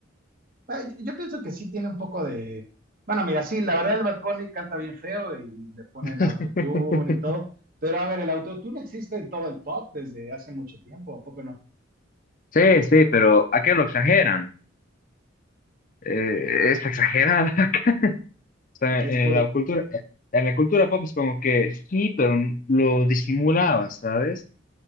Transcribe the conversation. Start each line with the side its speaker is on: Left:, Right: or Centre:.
Right: ay, yo pienso que sí tiene un poco de... Bueno, mira, sí, la verdad el Bad Bunny canta bien feo y le ponen
Left: <laughs>
Right: autotune y todo, pero a ver, el autotune existe en todo el pop desde hace mucho tiempo, ¿a poco no?
Left: Sí, sí, pero ¿a qué lo exageran? Eh, es exagerada. <laughs> O sea,
Right: Aquí
Left: en
Right: es puro,
Left: la cultura, eh, en la cultura pop es como que sí, pero lo disimulaba, ¿sabes?